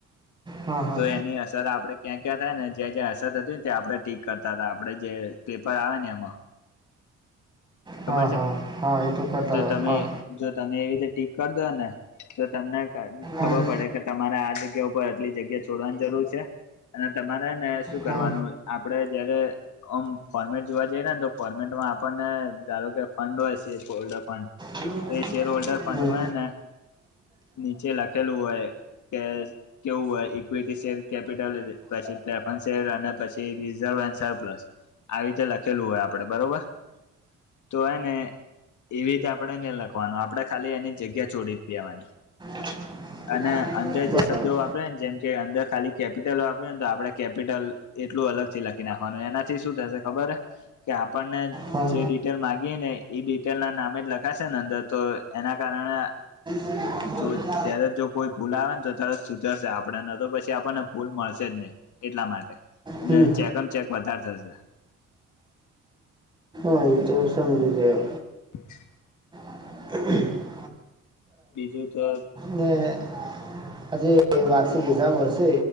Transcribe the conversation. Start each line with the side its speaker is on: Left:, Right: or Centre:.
Right: હા હા
Left: તો એની અસર આપડે ક્યાં ક્યાં થાય ને જ્યાં જ્યાં અસર થતી ને ત આપણે ટિક કરતા હતા આપણે જે પર આવે ને એમાં ખબર
Right: હા
Left: છે
Right: હા હા એ કરતા
Left: તો
Right: હતા
Left: તમે
Right: હા
Left: જો તમે એવી રીતે ટીક કર દો ને તો તમને ખબર
Right: હમ હમ
Left: પડે કે તમારે આ જગ્યા ઉપર આટલી જગ્યા છોડવાની જરૂર છે. અને તમારે ને શું
Right: હમ
Left: કરવાનું
Right: હા
Left: આપડે જયારે ઓમ ફોર્મેટ જોવા જઈએ ને તો ફોર્મેટમાં આપણને ધારો કે ફંડ હોય છે ઓલ્ડર ફંડ
Right: હમ
Left: તો એ શેર હોલ્ડર ફંડમાંય
Right: હમ
Left: ને નીચે લખેલું હોય કે કેવું હોય ઇક્વિટી શેર કેપિટલ પછી પ્રેફરન્સ શેર અને પછી રિઝર્વન્ પ્લસ આવી રીતે લખેલું હોય આપડે બરોબર તો એને એવી રીતે આપણે ને લખવાનું આપડે ખાલી એની જગ્યા છોડી દેવાની
Right: <inaudible>
Left: અને અંદર
Right: બરાબર
Left: જે શબ્દો વાપરને જેમ કે અંદર ખાલી કેપિટલ વાપરને તો આપડે કેપિટલ એટલું અલગથી લખી નાખવાનું એનાથી શું થશે ખબર કે આપણને
Right: હા
Left: ડિટેલ માગીએ ને ડિટેલ ના નામે જ લખાશે ને અંદર તો એના કારણે
Right: <inaudible>
Left: જો ત્યારે જો કોઈ ભૂલ આવે ને તો તરત સુધરશે આપણેને તો પછી આપણને ભૂલ મળશે જ નહી એટલા માટે અને
Right: હમ
Left: ચેકમ ચેક વધારે થશે
Right: હ એ તો સમજી ગયો
Left: <inaudible>
Right: હ <unintelligible>
Left: બીજું તો
Right: ને આજે વાર્ષિક હિસાબ હશે